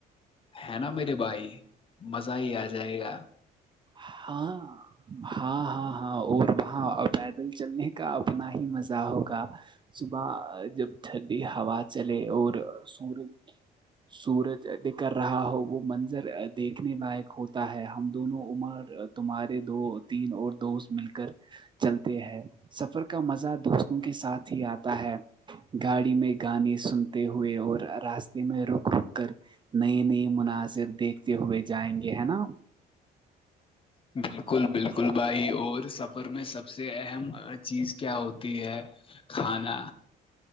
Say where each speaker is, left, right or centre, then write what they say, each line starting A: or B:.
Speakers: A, on the left; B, on the right.
A: ہے نا میرے بھائی مزہ ہی آ جائے گا
B: ہاں ہاں ہاں ہاں اور وہاں پیدل چلنے کا اپنا ہی مزہ ہوگا صبح جب ٹھنڈی ہوا چلے اور سورج سورج کر <unintelligible> رہا ہو وہ منظر دیکھنے لائق ہوتا ہے ہم دونوں عمر تمہارے دو تین اور دوست مل کر چلتے سفر کا مزہ دوستوں کے ساتھ ہی آتا ہے گاڑی میں گانے سنتے ہوئے اور راستے میں رک رک کر نئے نئے مناظر دیکھتے ہوئے جائیں گے ہے نا
A: بالکل بالکل بھائی اور سفر میں سب سے سے اہم چیز کیا ہوتی ہے کھانا